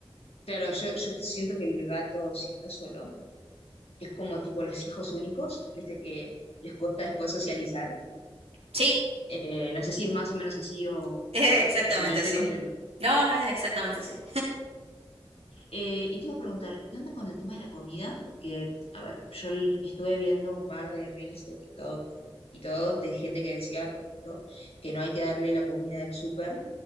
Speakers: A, on the left (about 80°); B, on the right (about 80°).
A: Claro, yo, yo siento que el gato, si está solo, es como tipo los hijos únicos, viste que les cuesta después socializar
B: Sí,
A: Eh, no sé si es más o menos así o,
B: <laughs> es
A: o-
B: exactamente
A: o yo me lo estoy
B: así.
A: imaginando.
B: No, no es exactamente así.
A: Eh, y te iba a preguntar, ¿qué onda con el tema de la comida? Porque, a ver, yo l- estuve viendo un par de reels de TikTok y, y todo de gente que decía, por ejemplo, que no hay que darle la comida del súper